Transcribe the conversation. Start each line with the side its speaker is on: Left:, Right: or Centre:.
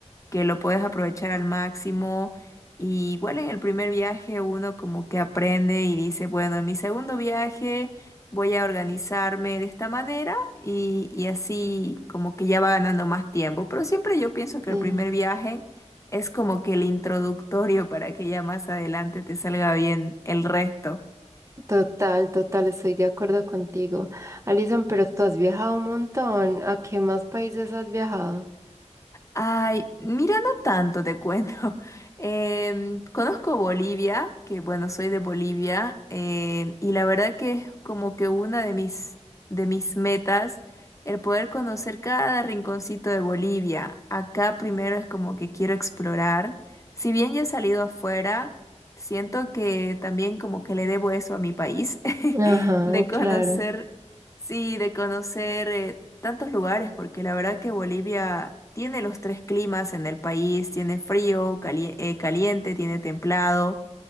Left: que lo puedes aprovechar al máximo. Y igual en el primer viaje uno como que aprende y dice, bueno, en mi segundo viaje voy a organizarme de esta manera y, y así como que ya va ganando más tiempo. Pero siempre yo pienso que
Right: Sí,
Left: el primer viaje es como que el introductorio para que ya más adelante te salga bien el resto.
Right: total, total, estoy de acuerdo contigo. Alison, pero tú has viajado un montón. ¿A qué más países has viajado?
Left: Ay, mira, no tanto te cuento. <laughs> Em, conozco Bolivia, que bueno, soy de Bolivia, em, y la verdad que es como que una de mis, de mis metas el poder conocer cada rinconcito de Bolivia. Acá primero es como que quiero explorar. Si bien ya he salido afuera, siento que también como que le debo eso a mi país,
Right: Ajá,
Left: <laughs> de conocer
Right: claro.
Left: Sí, de conocer eh, tantos lugares, porque la verdad que Bolivia tiene los tres climas en el país, tiene frío, cali- eh, caliente, tiene templado,